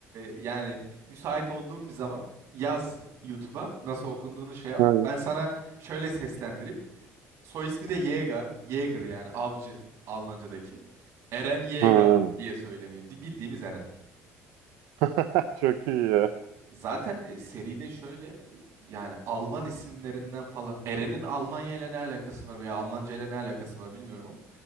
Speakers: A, on the right (about 60°); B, on the right (about 80°).
A: yani müsait olduğum bir zaman yaz YouTube'a nasıl okunduğunu şey yap.
B: Ha.
A: Ben sana şöyle seslendireyim. Soy ismi de Yeager. Yeager yani avcı Almanca'daki. Eren Yeager
B: Ha.
A: diye söyleniyor. Di- Bildiğimiz Eren.
B: <laughs> Çok iyi.
A: Zaten e, seride şöyle e, yani Alman isimlerinden falan Eren'in Almanya ile ne alakası var veya Almanca ile ne alakası var bilmiyorum ama